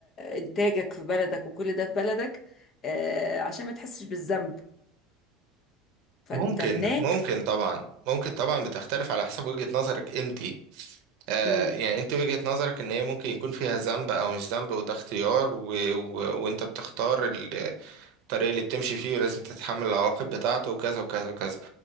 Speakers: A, on the left (about 40°); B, on the right (about 65°).
A: انتاجك في بلدك وكل ده في بلدك آه عشان ما تحسش بالذنب فانت
B: ممكن
A: هناك
B: ممكن طبعا ممكن طبعا بتختلف على حسب وجهة نظرك انت آه
A: مم.
B: يعني انت وجهة نظرك ان هي ممكن يكون فيها ذنب او مش ذنب وده اختيار و... و... وانت بتختار الطريق اللي بتمشي فيه ولازم تتحمل العواقب بتاعته وكذا وكذا وكذا